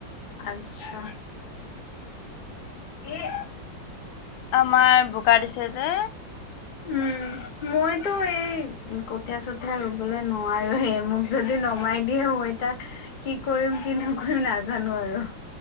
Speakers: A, on the left; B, on the left.
A: আতছা এই
B: আমাৰ বোকা দিছে যে
A: উম মইতো এই কঠীয়া চঠীয়া ৰুবলৈ নোৱাৰো হে, মোক যদি নমাই দিয়ে মই তাত কি কৰিম কি নকৰিম নাজানো আৰু।